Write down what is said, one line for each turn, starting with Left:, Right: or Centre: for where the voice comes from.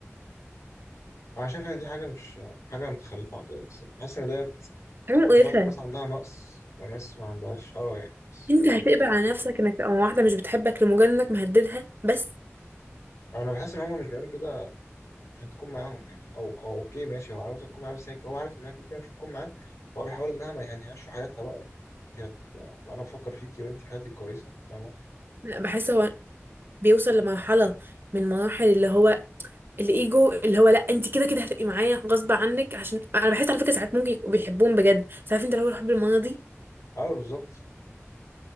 Left: انا شايف ان دي حاجه مش حاجه متخلفه عقليا الصراحه بحس ان ده
Right: حاجة مقرفة
Left: شخص ناس عندها نقص وناس ما عندهاش اه يعني بس
Right: انت
Left: بالظبط
Right: هتقبل على نفسك انك تبقى مع واحدة مش بتحبك لمجرد انك مهددها بس
Left: انا بحس ان هو مش بيعمل كده عشان تكون معاهم يعني او او اوكي ماشي هو عاوز تكون معاه بس هي هو عارف انها كده كده مش هتكون معاه فهو بيحاول انها ما يهنيهاش في حياتها بقى يعني انت هت... انا بفكر فيكي وانت حياتك كويسه فاهمه
Right: لا بحس هو بيوصل لمرحلة من مراحل اللي هو الايجو اللي هو لا انت كده كده هتبقي معايا غصب عنك عشان انا بحس على فكرة ساعات ممكن يبقوا بيحبوهم بجد ساعات انت لو الحب المرضي
Left: اه بالظبط